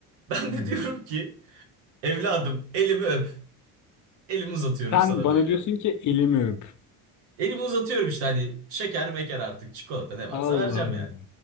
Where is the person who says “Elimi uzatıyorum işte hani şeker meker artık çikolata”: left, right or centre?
Right